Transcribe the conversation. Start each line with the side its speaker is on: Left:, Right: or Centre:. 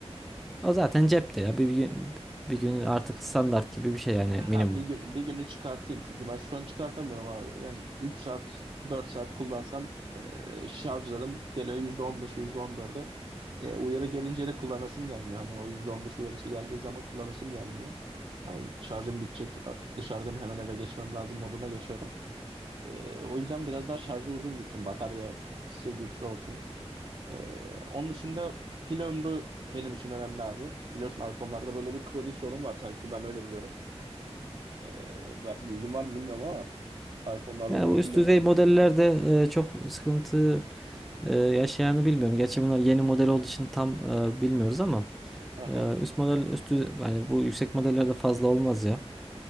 Centre: o zaten cepte ya. Bir, bir gün, bir gün artık standart gibi bir şey yani
Right: Ha
Centre: minimum.
Right: bir gün bir günü çıkartayım çünkü ben şu an çıkartamıyorum abi. Yani üç saat 4 saat kullansam e, şarjlarım geliyor yüzde yüzde on beşe yüzde on %14'e. E, uyarı gelince de kullanasım gelmiyor. Hani o %15 uyarısı geldiği zaman kullanasım gelmiyor. Yani şarjım bitecek artık dışarıdayım hemen eve geçmem lazım moduna geçiyorum. E, o yüzden biraz daha şarjı uzun gitsin bataryası güçlü olsun. E, onun dışında pil ömrü benim için önemli abi. Biliyorsun iPhone'larda böyle bir kronik sorun var sanki ben öyle biliyorum. Ee, ben- bilgin var mı bilmiyorum ama iPhone'larda
Centre: Yani
Right: bu
Centre: bu
Right: pil
Centre: üst
Right: öm-
Centre: düzey modellerde e, çok sıkıntı e, yaşayanı bilmiyorum. Gerçi bunlar yeni model olduğu için tam e, bilmiyoruz ama
Right: Aha.
Centre: e, üst model üstü yani bu yüksek modellerde fazla olmaz ya.